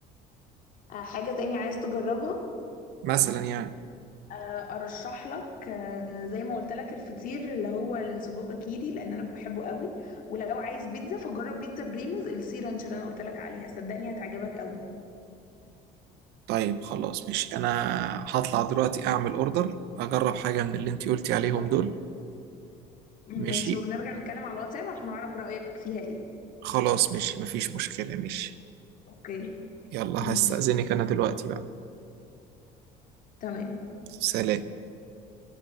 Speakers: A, on the left (about 50°); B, on the right (about 75°).
A: آه حاجة تاني عايز تجربها
B: مثلا يعني
A: آه ارشح لك آه زي ما قلت لك الفطير اللي هو السجق كيري لان انا بحبه قوي ولو عايز بيتزا فجرب بيتزا بريموز السي رانش اللي انا قلت لك عليها صدقني هتعجبك قوي
B: طيب خلاص ماشي انا هطلع دلوقتي اعمل اوردر اجرب حاجة من اللي انتي قلتي عليهم
A: اوكي
B: دول
A: ماشي
B: ماشي
A: ونرجع نتكلم على الواتساب عشان اعرف رأيك فيها ايه
B: خلاص ماشي مفيش مشكلة ماشي
A: اوكي
B: يلا
A: ماشي
B: هستأذنك انا دلوقتي بقى
A: تمام
B: سلام